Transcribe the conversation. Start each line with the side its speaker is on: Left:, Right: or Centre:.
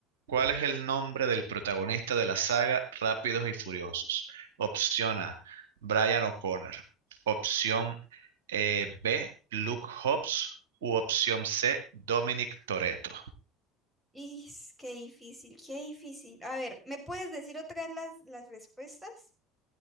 Right: ¿Cuál es el nombre del protagonista de la saga Rápidos y Furiosos? Opción A, Brian O'Connor. Opción eh, B, Luke Hobbs. U opción C, Dominic Toretto.
Centre: Is, qué difícil, qué difícil. A ver, ¿me puedes decir otra vez las, las respuestas?